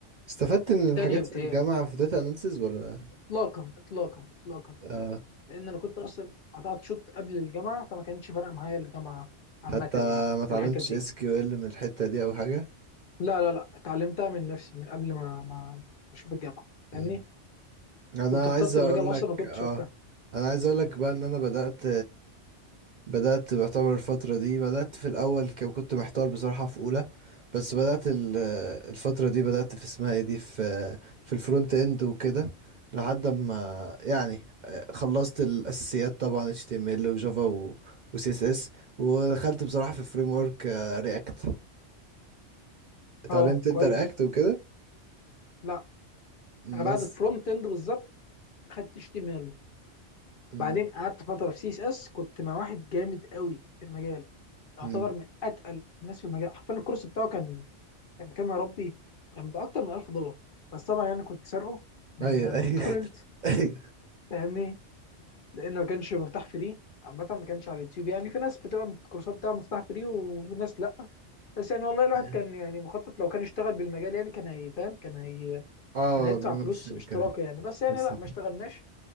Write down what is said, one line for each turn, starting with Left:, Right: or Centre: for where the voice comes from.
Right: استفدت من
Left: في
Right: الحاجات
Left: تانية بتهيألي
Right: في الجامعة في داتا اناليسز ولا
Left: اطلاقا اطلاقا اطلاقا اطلاقا
Right: آه.
Left: لان انا كنت اصلا قطعت شوط قبل الجامعه فما كانتش فارقه معايا الجامعه عامه
Right: حتى
Left: يعني
Right: ما اتعلمتش
Left: في الحتت دي
Right: اس كيو ال من الحتة دي او حاجة
Left: لا لا لا اتعلمتها من نفسي من قبل ما ما ما اشوف الجامعه فاهمني
Right: مم. انا
Left: كنت اخترت
Right: عايز اقول
Left: المجال
Right: لك
Left: اصلا وكنت
Right: اه
Left: شفتها
Right: انا عايز اقول لك بقى ان انا بدأت بدأت بعتبر الفترة دي بدأت في الأول ك- كنت محتار بصراحة في أولى بس بدأت ال- الفترة دي بدأت في اسمها ايه دي في في الفرونت اند وكده لحد ما يعني خلصت الأساسيات طبعا HTML وجافا و و CSS ودخلت بصراحة في فريم ورك رياكت اتعلمت
Left: اه
Right: انت
Left: كويس
Right: رياكت وكده
Left: لا انا بعد
Right: بس
Left: الفرونت اند بالظبط خدت اتش تي ام ال،
Right: مم.
Left: بعدين قعدت فتره في سي اس اس كنت مع واحد جامد قوي في المجال يعتبر
Right: مم.
Left: من اتقل الناس في المجال حرفيا الكورس بتاعه كان كان بكام يا ربي كان باكتر من 1000 دولار بس طبعا يعني كنت سارقه من
Right: ايوه
Left: من
Right: ايوه
Left: تورنت
Right: <laughs> ايوه
Left: فاهمني لانه ما كانش مفتاح فري عامة ما كانش على اليوتيوب يعني في ناس بتبقى الكورسات بتاعها مفتاح فري وناس لا بس يعني والله الواحد
Right: أيوه.
Left: كان يعني مخطط لو كان اشتغل بالمجال يعني كان هي فاهم كان هي
Right: اه
Left: كان هيدفع
Right: نفس
Left: فلوس
Right: الكلام
Left: اشتراك يعني بس يعني
Right: نفس
Left: لا ما اشتغلناش